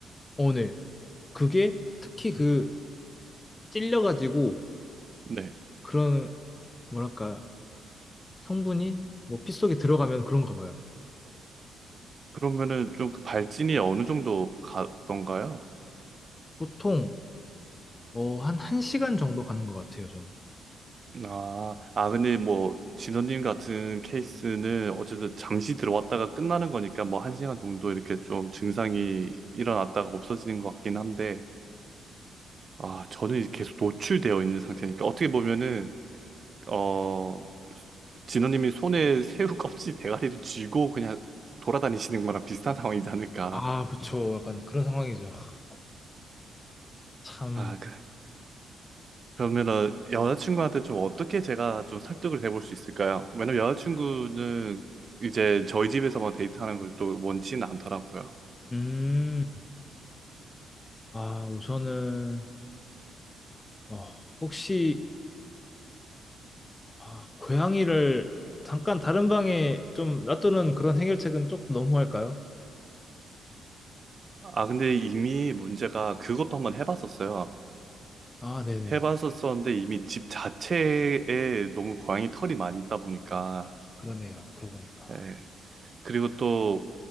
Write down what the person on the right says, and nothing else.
네
그러면은 좀 그 발진이 어느 정도 가던가요?
아, 아 근데 뭐 진원님 같은 케이스는 어쨌든 잠시 들어왔다가 끝나는 거니까 뭐 한 시간 정도 이렇게 좀 증상이 일어났다가 없어지는 것 같긴 한데 아, 저는 이제 계속 노출되어 있는 상태니까 그러니까 어떻게 보면은 어 진호님이 손에 새우 껍질 대가리를 쥐고 그냥 돌아다니시는 거랑 비슷한 상황이지 않을까.
아, 그, 그러면은 여자친구한테 좀 어떻게 제가 좀 설득을 해볼 수 있을까요? 왜냐면 여자친구는 이제 저희 집에서만 데이트하는 걸 또 원치는 않더라고요.
아, 근데 이미 문제가 그것도 한번 해봤었어요.
해봤었었는데 이미 집 자체에 너무 고양이 털이 많이 있다 보니까
예. 그리고 또